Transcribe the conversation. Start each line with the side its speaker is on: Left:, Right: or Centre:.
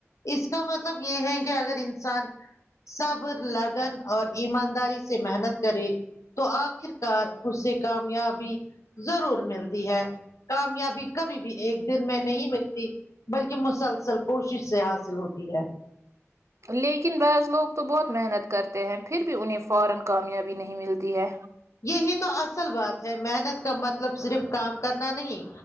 Left: اس کا مطلب یہ ہے کہ اگر انسان صبر لگن اور ایمانداری سے محنت کرے تو آپ آخر کار اس سے کامیابی ضرور ملتی ہے کامیابی کبھی بھی ایک دن میں نہیں ملتی بلکہ مسلسل کوشش سے حاصل ہوتی ہے
Right: لیکن بعض لوگ تو بہت محنت کرتے ہیں پھر بھی انہیں فورا کامیابی نہیں ملتی ہے
Left: یہی تو اصل بات ہے محنت کا مطلب صرف کام کرنا نہیں